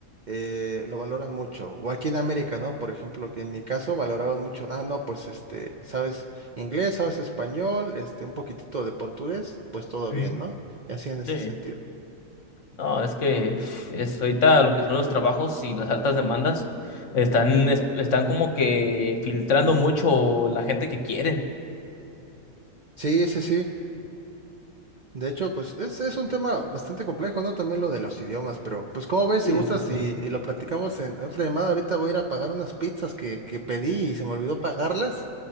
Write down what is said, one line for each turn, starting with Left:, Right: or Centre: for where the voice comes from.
Right: eh, lo valoran mucho. O aquí en América, ¿no? Por ejemplo, que en mi caso valoraron mucho, ah, no, pues este, sabes inglés, sabes español, este, un poquitito de portugués, pues todo
Left: ujú.
Right: bien, ¿no? Y así en ese
Left: Sí.
Right: sentido.
Left: No, es que es ahorita lo que son los trabajos y las altas demandas están, es- están como que filtrando mucho la gente que quieren.
Right: Sí, sí, sí. De hecho, pues es, es un tema bastante complejo, ¿no? También lo de los idiomas, pero pues como ves,
Left: Sí,
Right: si gustas
Left: definitivamente.
Right: y, y lo platicamos en otra llamada, ahorita voy a ir a pagar unas pizzas que, que pedí y se me olvidó pagarlas.